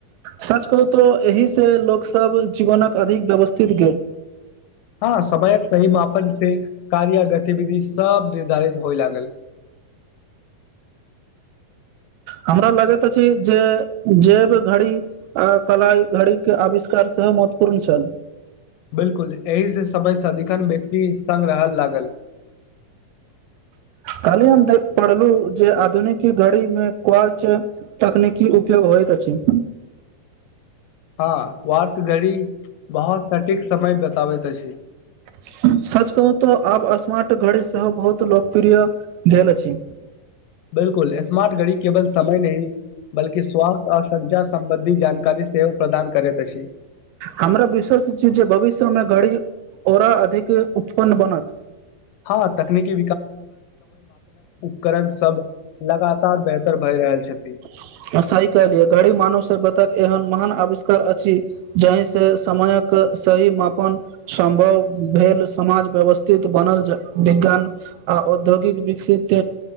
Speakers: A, on the right (about 80°); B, on the left (about 80°).
A: साँच कहु तऽ एहिसँ लोकसभ जीवनक अधिक व्यवस्थित गेल
B: हँ समयक सहि माापन से कार्य गतिविधि सब निर्धारित होइ लागल <unintelligible> <unintelligible>
A: हमरा लगैत अछि जे जे भी घड़ी कला घड़ी के आविष्कार सेहो कर च <unintelligible>
B: बिलकुल एहि से सबय सदिखन व्यक्ति संग रह लागल <unintelligible>
A: कहली हम देख पढ़लु जे आधुनिक घड़ी मे कच तकनीकी उपयोग होयइत इत अछि
B: हँ वारथ घड़ी बहुत सटीक समय बताबैत अछि
A: सच कहू तऽ आब स्मार्ट घड़ी सेहो बहुत लोकप्रिय भेल अछि
B: बिलकुल स्मार्ट घड़ी केवल समय नहि बल्कि स्वासथ्य आ संचार सं्बन्धी जानकारी सेहो प्रदान करैत अछि
A: हमरा विश्वास छी जे भविष्य मे घड़ी ओरा अधिक उत्पन्न बनत
B: हँ तकनीकी उकरण सब लगातार बेहतर भए रहल छथि
A: साइकल य घड़ी मानव सभ बतक एहन महान आविष्कार अछि जाहि से समयक सही मापन सम्भव भेल समाज व्यवस्थित बनल विज्ञान आ औद्योगिक विकसित